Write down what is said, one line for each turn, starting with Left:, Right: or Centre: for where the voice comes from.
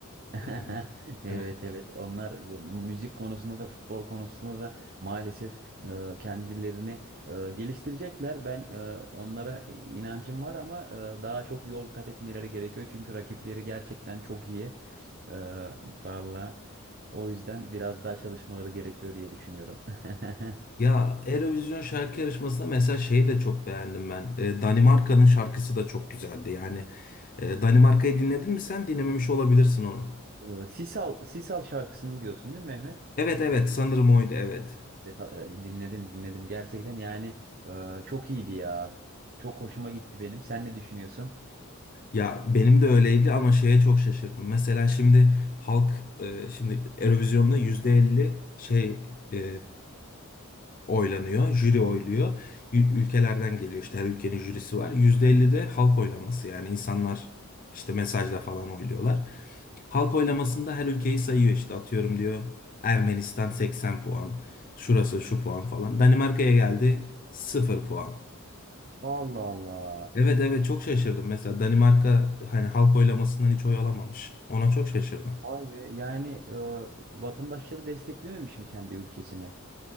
Right: <laughs>
Left: Yani
Right: Evet
Left: evet.
Right: evet onlar e, müzik konusunda da futbol konusunda da maalesef e, kendilerini e, geliştirecekler. Ben e, onlara e, inancım var ama e, daha çok yol kat etmeleri gerekiyor. Çünkü rakipleri gerçekten çok iyi. E, valla o yüzden biraz daha çalışmaları gerekiyor diye düşünüyorum. <laughs>
Left: Ya Eurovision şarkı yarışmasında mesela şeyi de çok beğendim ben. Ee, Danimarka'nın şarkısı da çok güzeldi. Yani e, Danimarka'yı dinledin mi sen? Dinlememiş olabilirsin onu.
Right: E, Sisal, Sisal şarkısını diyorsun değil mi Mehmet?
Left: Evet evet sanırım oydu evet.
Right: Evet, e, Dinledim dinledim gerçekten yani e, çok iyiydi ya. Çok hoşuma gitti benim. Sen ne düşünüyorsun?
Left: Ya benim de öyleydi ama şeye çok şaşırdım. Mesela şimdi halk e, şimdi Eurovision'da %50 şey e, oylanıyor, jüri oyluyor. Ü- Ülkelerden geliyor işte her ülkenin jürisi var. yüzde elli de halk oylaması yani insanlar işte mesajla falan oyluyorlar. Halk oylamasında her ülkeyi sayıyor işte atıyorum diyor Ermenistan 80 puan, şurası şu puan falan. Danimarka'ya geldi sıfır puan.
Right: Allah Allah.
Left: Evet evet çok şaşırdım. Mesela Danimarka hani halk oylamasından hiç oy alamamış. Ona çok şaşırdım.
Right: Vay be. Yani e, vatandaşları desteklememiş mi kendi ülkesini?